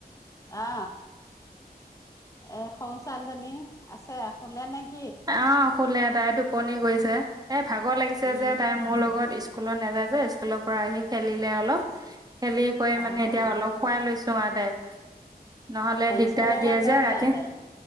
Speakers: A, on the left; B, on the right.
A: অ এ সৌ ছোৱালী জনী আছে শুলে নেকি
B: অ শুলে টাই টোপনি গৈছে এ ভাগৰ লাগিছে
A: অ',
B: যে তাই মোৰ লগত স্কুল নাযায় যে স্কুলত পৰা আহি খেলিলে অলপ খেলি কৰি
A: অ',
B: মানে এতিয়া অলপ খোৱাই লৈছো আৰু তাইক নহলে দিগদাৰ
A: স্কুললৈ
B: দিয়ে
A: লৈ
B: যে ৰাতি
A: যোৱা তাইক